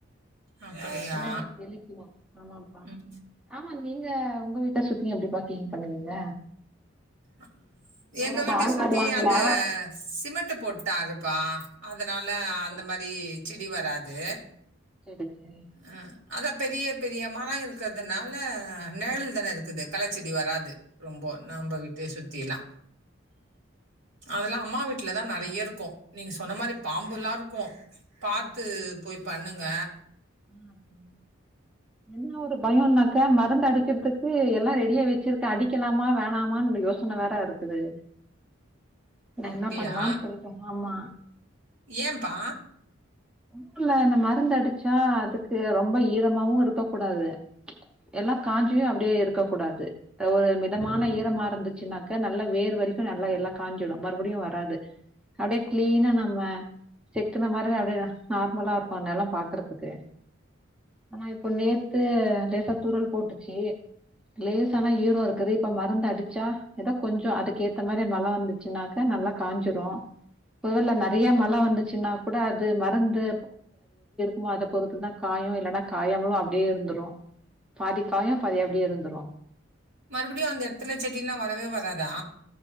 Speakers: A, on the right (about 70°); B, in the centre.
A: அப்படியா?
B: அதெலாப்ப தெளிக்கணு ஆமாம்ப்பா
A: ம்.
B: ஆமா நீங்க உங்க வீட்ட சுத்தியு எப்டி பா பா க்ளீன் பண்ணுவீங்க
A: ஆஹ
B: யாராவது
A: எங்க வீட்டு
B: ஆள்
A: சுத்தி
B: வருவாங்களா
A: அந்த சிமெண்ட்ட போட்டாருப்பா அதுனால
B: ஓ
A: அந்த
B: சரி
A: மாரி செடி வராது
B: சரி சரி
A: அஹ் அதா பெரிய பெரிய மரோ இருக்கதுனால நெழல்தான இருக்குது களச்செடி வராது ரொம்போ
B: ஆமா
A: நம்ப வீட்டே சுத்திலா அதுல்லா அம்மா வீட்லதா நறையிருக்கு நீங்க சொன்ன மாரி பாம்புலா இருக்கு பாத்து
B: ஆ
A: போய் பண்ணுங்க
B: ஆ சரி. என்ன ஒரு பயோனாக்க மருந்தடிக்கிறதுக்கு எல்லா ரெடியா வெச்சிருக்க அடிக்கலாமா வேணாமான்னு யோ யோசன வேற இருக்குது நா
A: அப்டியா?
B: என்ன பண்லானு சொல்ட்டே ஆமா
A: ஏன்பா?
B: ஊர்ல இந்த மருந்தடிச்சா அதுக்கு ரொம்ப ஈரமாவு இருக்க கூடாது எல்லா காஞ்சியு அப்டியே இருக்க கூடாது அ ஒரு மிதமான ஈரமா இருந்துச்சுனாக்க நல்ல வேர் வரிக்கு நல்லா எல்லா காஞ்சிடு மறுபடியு வராது அப்டியே க்ளீனா நம்ம செக்குன மாரி தா அப்டியே தா நார்மலா இருக்கு நலோ பாக்குறத் துக்கு ஆனா இப்போ நேத்து லேசா தூறல் போட்டுச்சி லேசானா ஈரோ இருக்குது இப்ப மருந்தடிச்சா ஏதோ கொஞ்சோ அதுக்கேத்த மாரி மழ வந்துச்சுன்னாக்க நல்லா காஞ்சுரு ஒருவேல நறைய மழ வந்துச்சுனா கூட அது மருந்து உ அத பொறுத்துதா காயு இல்லனா காயமலு அப்டியே இருந்துரு பாதிக்காயு பாதி அப்டியே இருந்துரு
A: மறுபடியு அந்த எடத்துல செடிலா வரவே வராதா